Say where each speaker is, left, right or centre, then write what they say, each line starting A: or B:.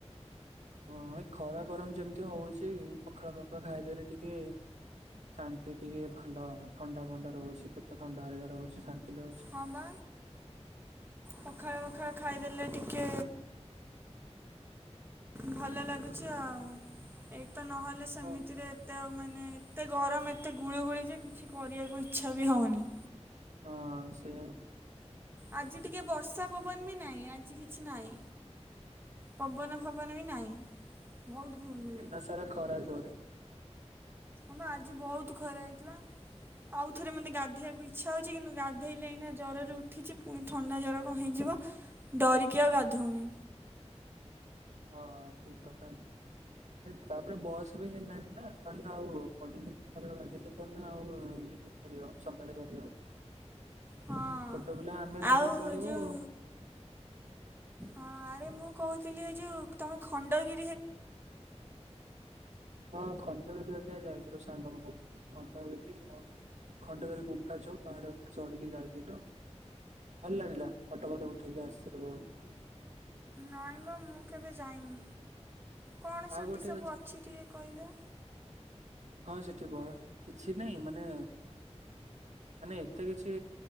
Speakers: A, on the right; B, on the right.
A: ହଁ ଏ ଖରା ଗରମ ଯେମିତି ହଉଛି ପଖଳ ଫଖଳ ଖାଇଦେଲେ ଟିକେ ଶାନ୍ତି ଟିକେ ଭଲ ଥଣ୍ଡା ଫଣ୍ଡା ରହୁଛି ପେଟ ଥଣ୍ଡା ହେରିକା ରହୁଛି ଶାନ୍ତି। ଲାଗୁଛି
B: ହଁ ବା ପଖର ପାଖରା ଖାଇଦେଲେ ଟିକେ ଭଲ ଲାଗୁଛି ଆଉ ଏଇ ତ ନହେଲେ ସେମିତିରେ
A: ହଁ
B: ଏତେ ଆଉ ମାନେ ଏତେ ଗରମ ଏତେ ଗୁଳିୁ ଗୁଳି ଯେ କିଛି କରିବାକୁ ଇଚ୍ଛା ବି ହଉନି।
A: ହଁ ସେଇଆ।
B: ଆଜି ଟିକେ ବର୍ଷା ପବନ ବି ନାହିଁ ଆଜି କିଛି ନାହିଁ। ପବନ ପବନ ବି ନାହିଁ। ବହୁତ ଗୁଳୁଗୁଳି
A: ଜନା ସାରା ଖରା ଜୋରେ
B: ହ ଆଜି ବହୁତ ଖରା ହେଇଥିଲା ଆଉ। ଥରେ ମୋତେ ଗାଧୋଇବାକୁ ଇଚ୍ଛା ହେଉଛି କିନ୍ତୁ ଗାଧୋଇଲେ ଏଇନା ଜ୍ୱରରୁ ଉଠିଛି ପୁ ଥଣ୍ଡା ଜ୍ୱର କଣ ହେଇଯିବ ଡରିକି ଆଉ ଗାଧଉନି।
A: ହଁ ଠିକ କଥା ତାପରେ ବସ ବି ହେଲାଣି ନା ତାଲେ ଆ ଥର ବାେ ଥ ଆଉ ଇଏ କରିପାରିବ ସମ୍ଭାଳି ପାରିବ।
B: ହଁ
A: ଛୋଟ ପିଲା ଆମେ ଗାଧୋଇ
B: ଆଉ
A: ପଡିବୁ
B: ଯେଉଁ
A: ଆ
B: ହଁ ଆରେ ମୁଁ କହୁଥିଲି ଏ ଯୋଉ ତମେ ଖଣ୍ଡ କି
A: ହଁ ଖଣ୍ଡଗିରିିକ ଯାଇଛି। ଥିଲ ସାଙ୍ଗମାନେ ଖଣ୍ଡଗିରି ଆଉ ଖଣ୍ଡଗିରି ଗୁଫା ଯଉ ପାହାଡ ଉପରେ ଚଢିକି ଯାଇଥିଲୁ ଭଲ ଲାଗିଲା ଫଟୋ ଫଟ ଉଠେଇକି ଆସିଥିଲୁ ବହୁତ
B: ନାଇଁ ବା ମୁଁ କେବେ ଯାଇନି। କଣ
A: ଆଉ
B: ସେଠି
A: ଗୋଟେ
B: ସବୁ ଅଛି ଟିକେ କହିଲ।
A: ହଁ ସେଠି କିଛି ନାଇଁ ମାନେ ମାନେ ଏତେ କିଛି